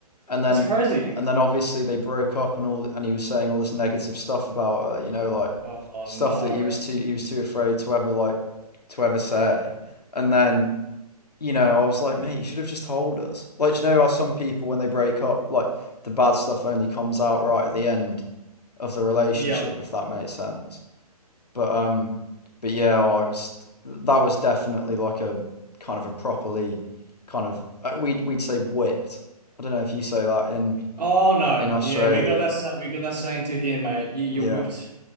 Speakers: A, on the left; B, on the right.
A: and then
B: That's crazy.
A: and then obviously they broke up and all and he was saying all this negative stuff about her you know like
B: Oh
A: stuff
B: no.
A: that he was too he was too afraid to ever like to ever say and then you know, I was like, mate, you should have just told us. Like, do you know how some people, when they break up, like the bad stuff only comes out right at the end of the relationship,
B: Yeah.
A: if that makes sense. But um, but yeah, I was that was definitely like a kind of a properly kind of uh, we'd we'd say whipped. I don't know if you say that in
B: Oh no.
A: in Australia,
B: Yeah, we got that. sa- We got that saying to here, mate. You you
A: yeah,
B: whipped.